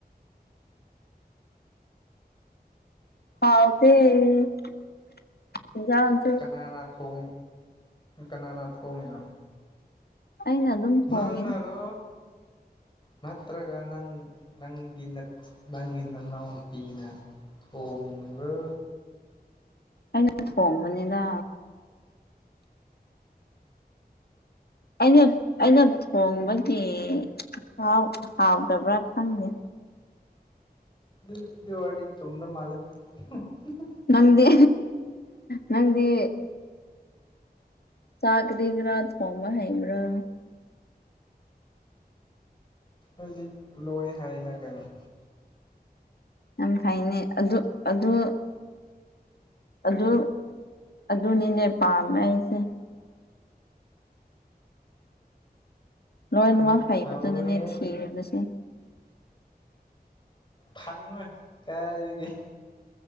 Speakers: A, on the left; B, on the left.
A: ꯍꯥꯎꯇꯦ ꯍꯤꯟꯖꯥꯡ
B: ꯀꯅꯥꯅ ꯊꯣꯡ ꯀꯅꯥꯅ ꯊꯣꯡꯉꯤꯅꯣ
A: ꯑꯩꯅ ꯑꯗꯨꯝ ꯊꯣꯡꯉꯤꯗ
B: ꯅꯪꯅꯔꯣ ꯅꯠꯇ꯭ꯔꯒ ꯅꯪ ꯅꯪꯒꯤꯅ ꯅꯪꯒꯤ ꯅꯅꯥꯎ ꯅꯨꯄꯤꯅ ꯍꯣꯡꯕ꯭ꯔꯣ
A: ꯑꯩꯅ ꯊꯣꯡꯕꯅꯤꯗ ꯑꯩꯅ ꯑꯩꯅ ꯊꯣꯡꯕꯒꯤ ꯍꯥꯎ ꯍꯥꯎꯇꯕ꯭ꯔꯥ ꯈꯪꯗꯦ
B: ꯑꯗꯨꯗꯤ ꯑꯗꯨ ꯑꯣꯏꯔꯗꯤ ꯆꯨꯝꯅ ꯃꯥꯂꯦ <unintelligible>
A: ꯅꯪꯗꯤ ꯅꯪꯗꯤ ꯆꯥ ꯒꯔꯤ ꯒꯔꯥ ꯊꯣꯡꯕ ꯍꯩꯕ꯭ꯔꯣ
B: ꯑꯩꯗꯤ ꯂꯣꯏ ꯍꯥꯏꯌꯦꯅ ꯀꯩꯅꯣ
A: ꯌꯥꯝ ꯐꯩꯅꯦ ꯑꯗꯨ ꯑꯗꯨ ꯑꯗꯨ ꯑꯗꯨꯅꯤꯅꯦ ꯄꯥꯝꯃꯩꯁꯦ ꯂꯣꯏꯅꯃꯛ
B: ꯑꯃꯨꯛ
A: ꯍꯩꯕꯗꯨꯅꯤꯅꯦ
B: ꯍꯧꯔꯦꯍꯦ
A: ꯊꯤꯔꯤꯕꯁꯦ
B: ꯐꯪꯉꯣꯏ ꯀꯥꯏꯗꯒꯤ